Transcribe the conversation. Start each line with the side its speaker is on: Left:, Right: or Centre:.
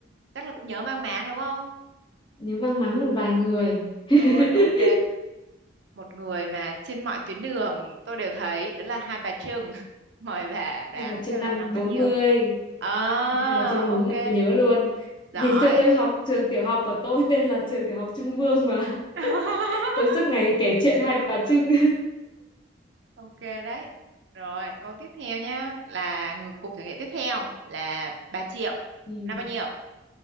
Right: chắc là cũng nhớ mang máng đúng không
Left: nếu mang máng một vài người <laughs>
Right: rồi ok một người mà trên mọi tuyến đường tôi đều thấy đó là Hai Bà Trưng <laughs> mời bà đoán
Left: Hai Bà Trưng
Right: xem
Left: năm
Right: là năm bao
Left: bốn
Right: nhiêu
Left: mươi.
Right: à
Left: Hai Bà Trưng năm
Right: ok
Left: bốn mươi tôi nhớ luôn
Right: giỏi
Left: ngày xưa tôi học trường tiểu học của tôi tên là trường tiểu học Trưng Vương mà
Right: <laughs>
Left: <laughs> tôi suốt ngày kể chuyện Hai Bà Trưng
Right: ok đấy rồi câu tiếp theo nhá là ngược cuộc thử nghiệm tiếp theo là bà Triệu
Left: <laughs> ừ.
Right: năm bao nhiêu